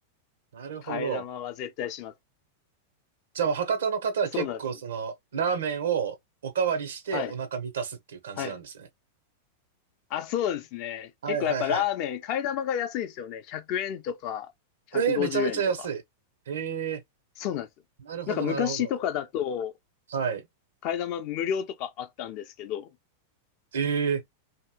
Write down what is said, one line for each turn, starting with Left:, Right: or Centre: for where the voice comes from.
Right: なるほど。
Left: 替え玉は絶対します。
Right: じゃあ、博多の方は結構、
Left: そうなんです。
Right: その、ラーメンをおかわりしてお腹満たすっていう感じなんですね。
Left: はい。はい。あ、そうですね。
Right: はいはいはい。
Left: 結構やっぱラーメン、替え玉が安いんですよね。100円とか、150円とか。
Right: えー、めちゃめちゃ安い。ええ、
Left: そうなんですよ。
Right: なるほど、
Left: なんか昔とかだと、
Right: なるほど。はい。
Left: 替え玉無料とかあったんですけど、
Right: ええ、